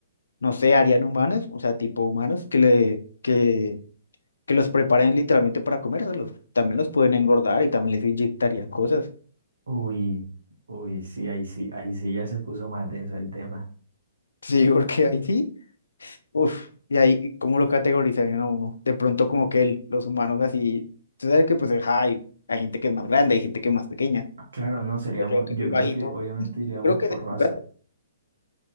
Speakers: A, on the left; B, on the right.
A: no sé, harían humanos, o sea, tipo humanos que le, que, que los preparen literalmente para comérselos. También los pueden engordar y también les inyectarían cosas. <laughs>
B: Uy, uy, sí, ahí sí, ahí sí ya se puso más denso el tema.
A: Sí, porque ahí sí, uff, y ahí ¿y cómo lo categorizarían a uno. De pronto como que el- los humanos así, tú sabes que pues ajá, hay, hay gente que es más grande, hay gente que es más pequeña.
B: Claro, no, seríamos,
A: Pues Yo que
B: yo
A: soy
B: creo
A: bajito,
B: que obviamente iríamos
A: yo creo que...
B: por raza,
A: de-